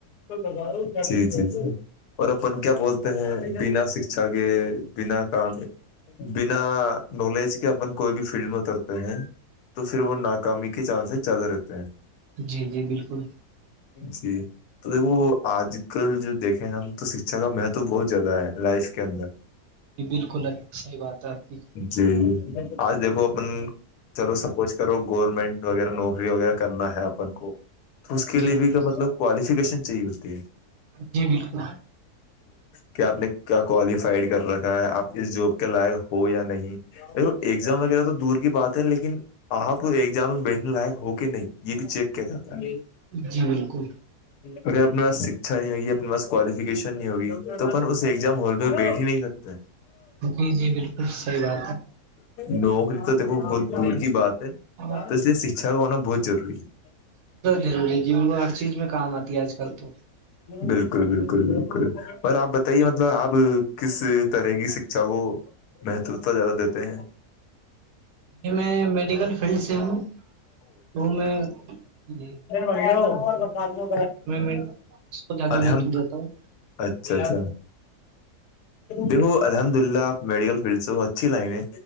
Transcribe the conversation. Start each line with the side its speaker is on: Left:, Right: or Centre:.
Left: بگا جی جی ج اور اپن کیا بولتے ہیں بنا شکھا کے بنا کام بنا نالج کے اپن کوئی بھی فیلڈ میں اترتے ہیں تو پھر وہ ناکامی کے چانسز زیادہ رہتے ہیں
Right: جی جی بالکل
Left: جی تو دیکھو آج کل جو دیکھیں ہم تو شکچھا کا مہتو بہت زیادہ ہے لائف کے اندر
Right: یہ بالکل اچ صحی بات ہے آپ کی
Left: جی جی آج دیکھو اپن چلو سپوز کرو گورنمنٹ وغیرہ نوکری وغیرہ کرنا ہے اپن کو تو اس کے
Right: جی
Left: لیے بھی مطلب کوالیفیکیشن چاہیح ہوتی ہے
Right: جی بالکل
Left: کہ آپ نے کیا کوالیفائیڈ کر رکھا ہے آپ اس جاب کے لائق ہو یا نہیں دیکو ایگزام وغیرہ تو دور کی بات ہے لیکن آپ ایگزام میں بیٹھنے لائق ہو کے نہیں یہ بھی چیک کیا جاتا ہے
Right: جی بالکل
Left: اگر اپنے پس شکچھا نہیں ہوگی اپنے پاس کوالیفکیشن نہیں ہوگی تو پن اس ایگزام ہال میں بیٹھ ہی نہیں سکتے
Right: جی جی بالکل صحیح بات ہے
Left: نوکری تو دیکھو ب د کی بات ہے
Right: آپ
Left: تو اس سے شکچھا کا ہونا بہت ضروری ہے
Right: ضروری ج ان کو ہر چیز میں کام آتی ہے آج کل تو
Left: بالکل بالکل بالکل اور آپ بتائیے
Right: جی
Left: مطلب آپ کس طرح کی اچھا وہ مہتو تو زیادہ دیتے ہیں
Right: ج میں میڈیکل فیلڈ سے ہوں تو میں ج
Left: و ہو اور بس آد میں
Right: میں اس کو زیادہ
Left: الحمد
Right: مہتو دیتا ہوں
Left: اچھا اچھا دیکھو الحمد للہ آپ میڈیکل فیلڈ سے ہو اچھی لائن ہے